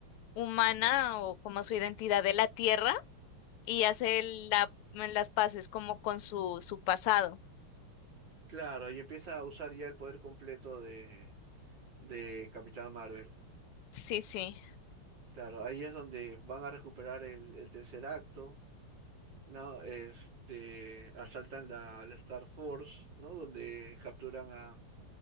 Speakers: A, on the left; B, on the right.
A: humana o como su identidad de la tierra y hace la- las paces como con su, su pasado.
B: claro, y empieza a usar ya el poder completo de, de Capitán Marvel.
A: Sí, sí,
B: Claro, ahí es donde van a recuperar el, el tercer acto, ¿no? Este, asaltan la, la Star Force, ¿no? Donde capturan a,